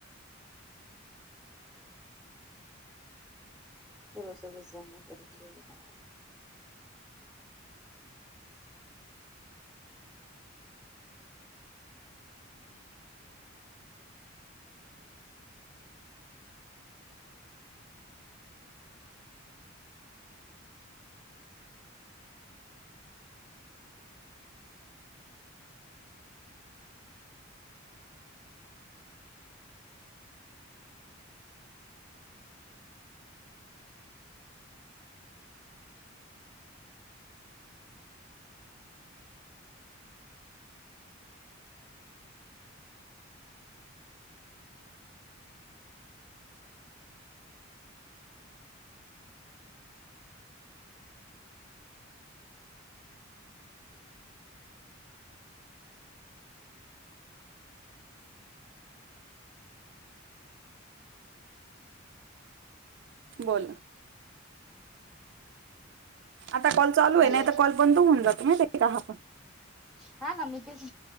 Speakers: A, in the centre; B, on the right (about 60°).
A: सर्व सदस्यांनी परिचय दिला.
B: बोला आता कॉल चालू आहे,
A: हॅलो
B: नाही तर कॉल बंद होऊन जातो, माहिती आहे का हा पण.
A: हा ना, मी तेच,